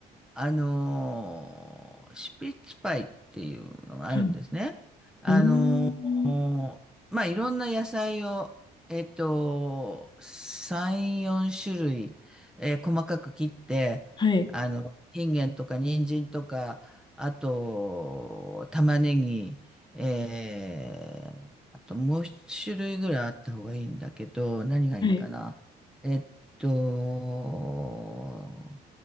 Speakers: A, in the centre; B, on the left.
A: あのーシュピッツパイっていうのがあるんですね。
B: はい。う
A: あのーまあ、
B: ーん。
A: いろんな野菜を、えっと、3、4種類、えー細かく切って、
B: はい。
A: あの、インゲンとか人参とか、あと、玉ねぎ、えー、あともう一種類ぐらいあった方がいいんだけど、何がいいかな。
B: はい。
A: えっと、